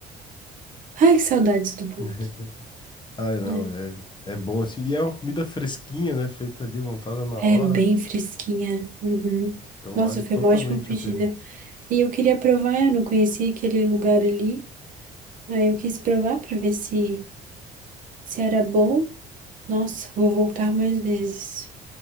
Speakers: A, on the right; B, on the left.
A: Ai, que saudades do poke.
B: <laughs> Ai, não,
A: né?
B: é, é bom assim. E é uma comida fresquinha, né? Feita ali, montada na
A: É
B: hora.
A: bem fresquinha. Uhum.
B: Então
A: Nossa,
B: vale totalmente
A: foi uma ótima pedida.
B: a pena.
A: E eu queria provar, eu não conhecia aquele lugar ali. Aí eu quis provar para ver se, se era bom. Nossa, vou voltar mais vezes.